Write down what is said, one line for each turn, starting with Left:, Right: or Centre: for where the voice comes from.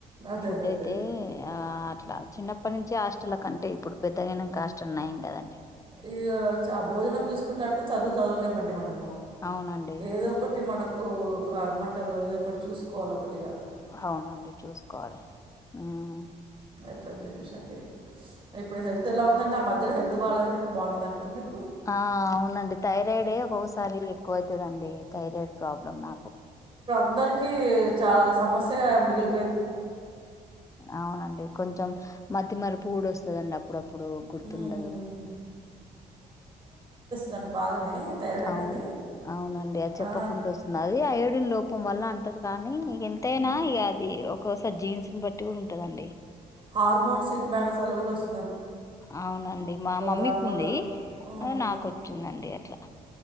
Right: అదే
Left: ఫుడ్
Right: అదే అదే
Left: అయితే ఆ అట్లా చిన్నప్పటి నుంచి హస్టల్ కంటే ఇప్పుడు పెద్దగైనంక హస్టల్ నయం కదండి
Right: ఇగ చ భోజనం చూసుకుంటా అంటే చదువు చదవలేమండి మనము
Left: అవునండి
Right: ఏదో ఒకటి మనకు కా ఏమ్మంటారు ఏదో ఒకటి చూసుకోవాల ఒకటిగా
Left: హవునండి చూసుకోవాలి ఉ
Right: ఎట్లా అని చెప్పేసి అండి ఇప్పుడు హెల్త్ ఎలా ఉందండి ఆ మధ్యాల హెల్త్ బాలే అని చెప్పి బాగుంటందండి ఇప్పుడు మీకు
Left: ఆ అవునండి థైరాయిడే ఒక్కొక్కసారి ఎక్కువ అవుతుదండి థైరాయిడ్ ప్రాబ్లమ్ నాకు
Right: అందరికి చాలా సమస్యగా మిగిలి
Left: అవునండి కొంచెం మత్తిమరుపు గూడ వస్తుందండి అప్పుడు అప్ అప్పుడు గుర్తుండదు
Right: ఉమ్ దాని బాగానే థైరాయిడ్ అనేది
Left: అవును అవునండి అది చెప్పకుండా
Right: ఆ
Left: వస్తుంది అది అయోడిన్ లోపం వల్ల అంటారు కా నీ ఇగ ఎంతయినా
Right: ఉమ్
Left: ఇగ అది ఒక్కోసారి జీన్స్ని బట్టి కూడా ఉంటదండి
Right: హార్మోన్స్ ఇన్ బాలెన్స్ అల్ల కూడా వస్
Left: అవునండి మా మమ్మీకి
Right: దానివల్ల
Left: ఉంది
Right: ఉమ్ ఉమ్
Left: నాకొచ్చిందండి అట్లా